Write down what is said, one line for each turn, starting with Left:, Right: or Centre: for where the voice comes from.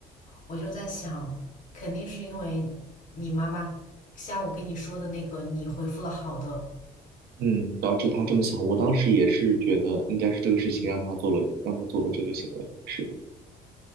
Left: 我就在想，肯定是因为你妈妈下午跟你说的那个，你回复了好的。
Right: 嗯，导致他这么想，我当时也是觉得应该是这个事情让他做了，让他做了这个行为，是，